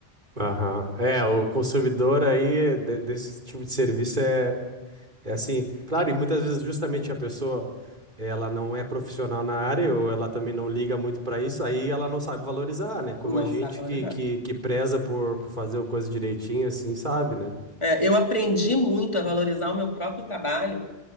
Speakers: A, on the right (about 50°); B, on the left (about 30°).
A: aham. É, o consumidor aí de- desse tipo de serviço é, É assim, claro, e muitas vezes justamente a pessoa, ela não é profissional na área ou ela também não liga muito para isso, aí ela não sabe valorizar, né? Como
B: Não
A: a gente
B: sabe valorizar.
A: que, que, que preza por, por fazer a coisa direitinho, assim, sabe, né?
B: É, eu aprendi muito a valorizar o meu próprio trabalho